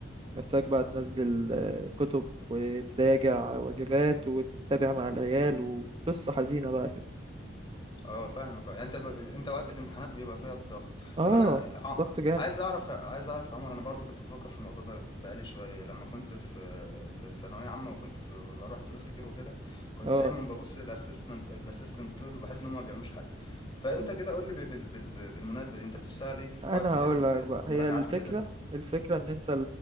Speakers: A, on the right; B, on the left.
A: محتاج بقى تنزل آه، كتب وتراجع واجبات وتتابع مع العيال وقصه حزينه بقى كده
B: اه فاهمك اه يعني انت ب... انت وقت الامتحانات بيبقى فيها الضغط
A: اه
B: طب انا ع...
A: ضغط جامد
B: عايز اعرف عايز اعرف يا عمر انا برضو كنت بفكر في الموضوع ده بقالي شويه لما كنت في في ثانويه عامه وكنت في... بروح دروس كتير وكده كنت
A: اه
B: دايما ببص للاسسمنت الاسيستنت دول وبحس ان هم ما بيعملوش حاجه فانت كده قول لي بال... بال... بال- بالمناسبه دي انت بتشتغل ايه في
A: انا
B: وقت
A: هقول
B: غير ال-
A: لك بقى
B: المراجعات
A: هي الفكره
B: وكده
A: الفكره ان انت